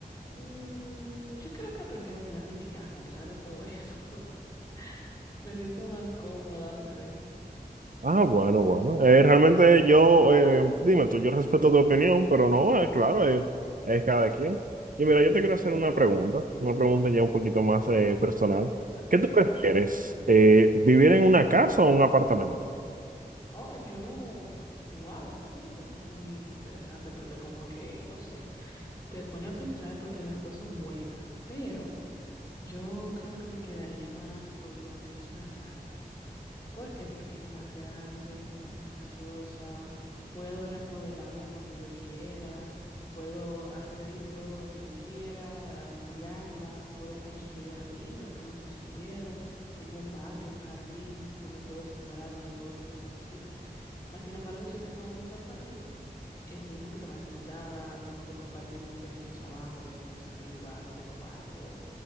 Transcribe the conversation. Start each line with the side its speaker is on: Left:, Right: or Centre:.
Left: mm, yo creo que prefiero quedarme en mi casa a pesar de todo eso. <laughs> Me siento más cómoda, ¿no crees?
Right: Ah, bueno, bueno. Eh, realmente yo, eh, dime tú, yo respeto tu opinión, pero no, eh, claro, es, es cada quien. Y mira, yo te quiero hacer una pregunta, una pregunta ya un poquito más eh, personal.
Left: Ok.
Right: ¿Qué tú prefieres, eh, vivir en una casa o un apartamento?
Left: Oh, yo, wow, esa pregunta está muy interesante porque como que, no sé, te pone a pensar porque las dos son buenas, pero yo creo que me quedaría más con lo que es una casa. ¿Por qué? Porque es más grande, es más espaciosa, puedo remodelarla cuando yo quiera, puedo hacerle todo lo que yo quiera, ampliarla, puedo construir arriba, incluso si quiero, tengo un patio, un jardín donde puedo sembrar, donde puedo poner una piscina. Más sin embargo, si tengo un apartamento, estoy un poquito más limitada, tengo que compartir con vecinos abajo, vecinos arriba, no tengo patio,